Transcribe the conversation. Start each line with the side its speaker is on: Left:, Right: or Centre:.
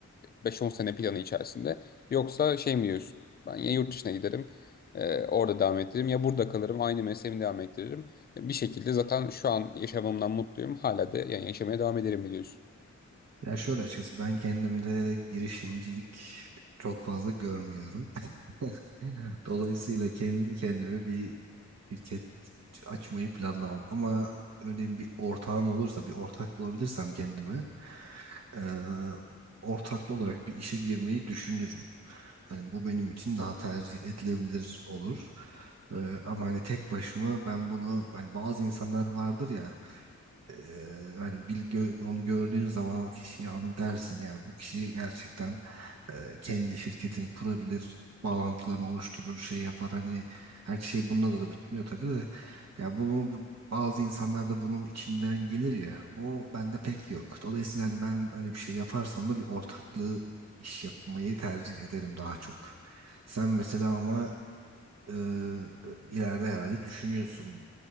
Left: 5-10 sene planı içerisinde? Yoksa şey mi diyorsun? Ben ya yurt dışına giderim, e, orada devam ettiririm ya burada kalırım, aynı mesleğimi devam ettiririm. E, Bir şekilde zaten şu an yaşamamdan mutluyum. Hala da yani yaşamaya devam ederim mi diyorsun?
Right: Ya şöyle açıkçası ben kendimde girişimcilik çok fazla görmüyorum. <laughs> Dolayısıyla kendi kendime bir şirket açmayı planlamam. Ama örneğin bir ortağım olursa, bir ortak bulabilirsem kendime e, ortaklı olarak bir işe girmeyi düşünürüm. Hani bu benim için daha tercih edilebilir olur. E, ama hani tek başıma ben bunu hani bazı insanlar vardır ya Eee, hani bir gö- onu gördüğün zaman o kişiyi an dersin yani bu kişi gerçekten eee, kendi şirketini kurabilir bağlantılarını oluşturur şey yapar hani her şey bununla da bitmiyor tabii de ya bunu bu- bazı insanlar da bunun içinden gelir ya o bende pek yok dolayısıyla hani ben öyle bir şey yaparsam da bir ortaklığı iş yapmayı tercih ederim daha çok sen mesela ama eee, ileride herhalde düşünüyorsun